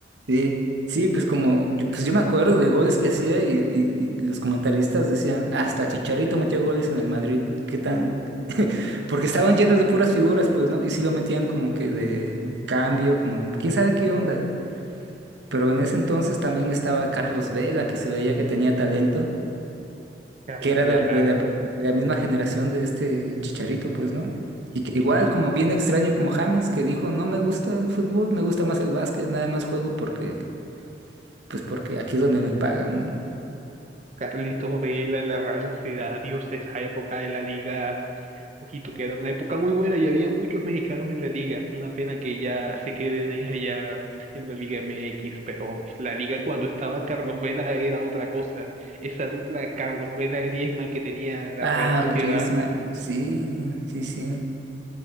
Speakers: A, on the right; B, on the right.
A: Sí, sí, pues como, yo, pues yo me acuerdo de goles que hacía y, y- y los comentaristas decían, hasta el Chicharito metió goles en el Madrid, qué tan, <laughs> porque estaban llenos de puras figuras, pues, ¿no? Y sí lo metían como que de cambio, como, quién sabe qué onda. Pero en ese entonces también estaba Carlos Vela, que se veía que tenía talento,
B: Carlos
A: que era
B: Vela,
A: de, de la, de la misma generación de este Chicharito, pues, ¿no? Y que
B: sí,
A: igual,
B: sí.
A: como bien extraño como James, que dijo, no me gusta el fútbol, me gusta más el básquet, nada más juego porque pues porque aquí es donde me pagan, ¿no?
B: Carlitos Vela en la Real Sociedad, Dios, esa época de la liga. Ojito, que era una época muy buena y había muchos mexicanos en la liga. Una pena que ya se queden es allá en la Liga MX, pero la liga cuando estaba Carlos Vela era otra cosa. Esa dupla Carlos Vela-Griezmann que tenía la
A: Ah,
B: Real Sociedad,
A: Griezmann, sí, sí, sí.